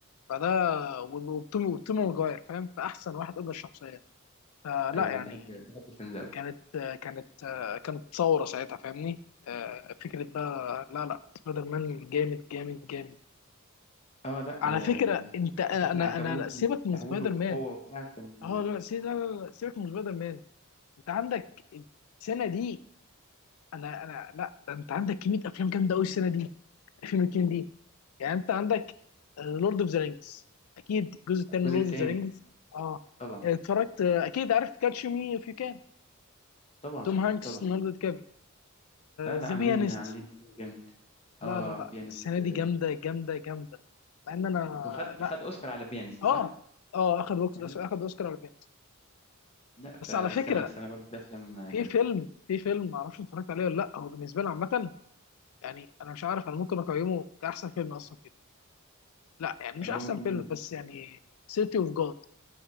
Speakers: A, on the left; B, on the left.
A: فده وتوم وتوم ماجواير فاهم فاحسن واحد قدر الشخصيه فلا
B: ايوه
A: يعني
B: انا بحب بحب الفيلم ده أوي.
A: كانت آه كانت آه كانت ثوره ساعتها فاهمني آه فكره بقى لا لا سبايدر مان جامد جامد جامد
B: اه لا
A: على
B: آه،
A: فكره انت انا
B: فكره
A: انا
B: العنكبوت
A: انا أنا- سيبك
B: وتحويله
A: من سبايدر
B: القوه
A: مان
B: وبتاع كان
A: اه لا سي- لا لا لا، سيبك من سبايدر مان انت عندك السنه دي انا انا لا ده انت عندك كميه افلام جامده قوي السنه دي 2002 دي يعني انت عندك لورد اوف ذا رينجز اكيد الجزء الثاني
B: آه، الجزء
A: لورد
B: الثاني
A: اوف ذا رينجز اه
B: طبعا
A: اتفرجت آه، اكيد عارف كاتش مي اف يو كان
B: طبعا
A: توم هانكس
B: طبعا
A: ليوناردو دي كابري
B: اه لا
A: ذا
B: عاملين
A: بيانست
B: عاملين فيلم جامد
A: لا
B: اه
A: لا لا
B: بيانست
A: السنه دي
B: آه،
A: جامده جامده جامده مع ان انا
B: وخد
A: لا
B: خد اوسكار على بيانست
A: اه
B: صح
A: اه اخد أوكس-
B: ده حقيقي
A: اخد اوسكار على Pianist.
B: لا فالسنه
A: بس على فكره
B: السنه برضو في افلام آه،
A: في
B: جامده
A: فيلم في فيلم ما اعرفش اتفرجت عليه ولا لا هو بالنسبه لي عامه يعني انا مش عارف انا ممكن اقيمه كاحسن فيلم اصلا فيه لا يعني مش
B: اللي
A: احسن
B: هو ممكن
A: فيلم
B: يكون
A: بس يعني سيتي اوف جاد